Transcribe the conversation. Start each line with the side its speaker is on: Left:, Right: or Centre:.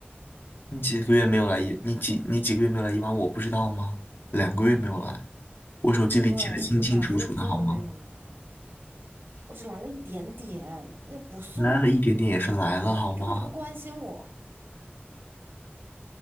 Left: 你几个月没有来一，你几你几个月没有来一班，我不知道吗？两个月没有来，我手机里记得清清楚楚的，
Right: 对，我两个月真的没有来，
Left: 好吗？
Right: 我只来了一点点，那不算，
Left: 来了一点点也是来了，好吗？
Right: 你根本就不关心我，